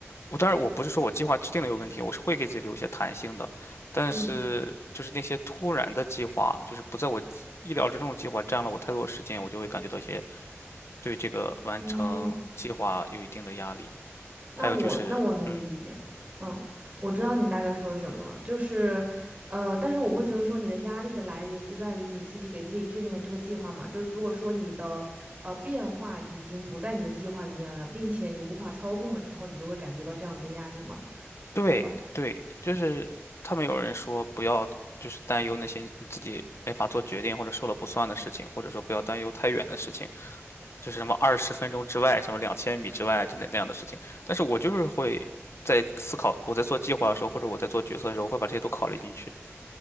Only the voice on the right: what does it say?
嗯，
哦。那我那我能理解了，
嗯，我知道你大概说的什么了，就是，呃，但是我会觉得说你的压力的来源就在于你自己给自己制定的这个计划嘛，就是如果说你的呃变化已经不在你的计划里面了，并且你无法操控的时候，你就会感觉到这样子的压力嘛，
对吧？